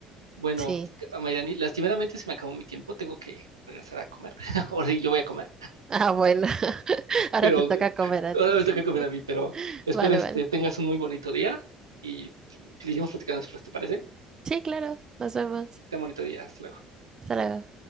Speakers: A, on the right (about 80°); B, on the right (about 30°).
A: Bueno,
B: Sí.
A: Mayrani, lastimeramente se me acabó mi tiempo, tengo que regresar a comer. <laughs> Ahora sí, yo voy a comer.
B: Ah, bueno. <laughs> Ahora
A: pero
B: te toca comer a
A: ahora
B: ti.
A: me toca comer a mí, pero
B: <laughs>
A: espero
B: Vale,
A: este,
B: vale.
A: tengas un muy bonito día y seguimos platicando después, ¿te parece?
B: Sí, claro. Nos vemos.
A: Ten bonito día, hasta luego.
B: Hasta luego.